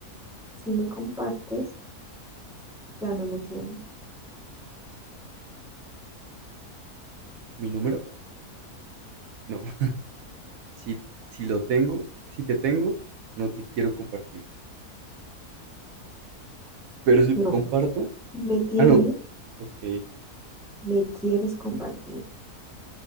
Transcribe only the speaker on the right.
¿Mi número? No. <laughs> Si, si lo tengo, si te tengo, no te quiero compartir. Pero si te
comparto.
Ah, no. Ok.